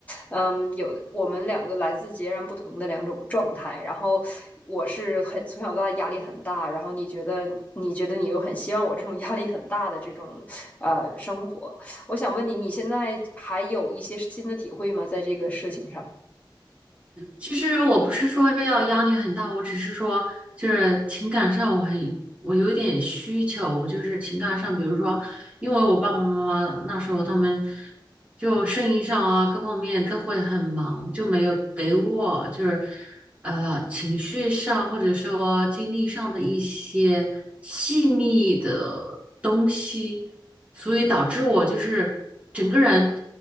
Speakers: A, on the left; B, on the right.
A: 嗯，有的我们两个来自截然不同的两种状态，然后我是很从小到大压力很大，然后你觉得你觉得你又很希望我这种压力很大的这种呃生活，我想问你，你现在还有一些新的体会吗？在这个事情上？
B: 其实我不是说要压力很大，我只是说就是情感上我很我有点需求，就是情感上，比如说，因为我爸爸妈妈那时候他们就生意上啊各方面都会很忙，就没有给我就是呃情绪上或者说经历上的一些细腻的东西，所以导致我就是整个人